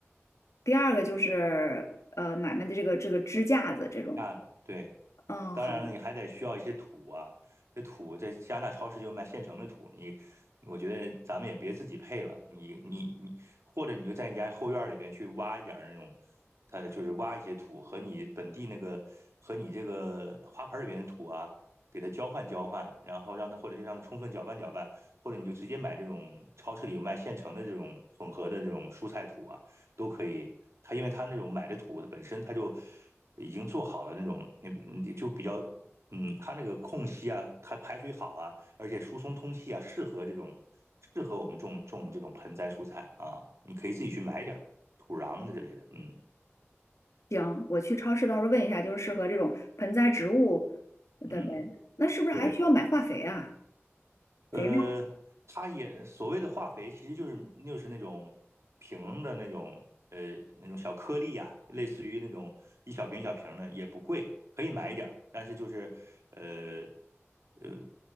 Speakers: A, on the left (about 85°); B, on the right (about 70°).
A: 第二个就是呃买卖的这个这个支架子这种。
B: 架子，对。
A: 嗯，
B: 当然了，
A: 好，
B: 你还得需要一些土啊，这土在加拿大超市就卖现成的土，你我觉得咱们也别自己配了，你你你，或者你就在你家后院里边去挖一点儿那种，它就是挖一些土和你本地那个和你这个花盆里边的土啊，给它交换交换，然后让它或者就让它充分搅拌搅拌，或者你就直接买这种超市里有卖现成的这种混合的这种蔬菜土啊。都可以。它因为它那种买的土，它本身它就已经做好了那种，你你就比较，嗯，它那个空隙啊，它排水好啊，而且疏松通气啊，适合这种适合我们种种这种盆栽蔬菜啊。你可以自己去买点儿土壤的之类的，嗯
A: 行，我去超市到时候问一下，就是适合这种盆栽植物的呗。
B: 嗯，
A: 那是不是还需要买化肥啊？
B: 对。呃，
A: 肥料？
B: 它也所谓的化肥，其实就是就是那种瓶的那种呃那种小颗粒呀，类似于那种一小瓶一小瓶的，也不贵，可以买一点儿。但是就是呃呃，